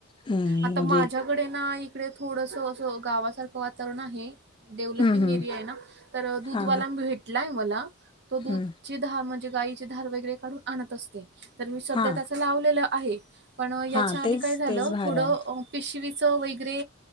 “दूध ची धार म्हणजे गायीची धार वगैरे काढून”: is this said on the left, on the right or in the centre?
Right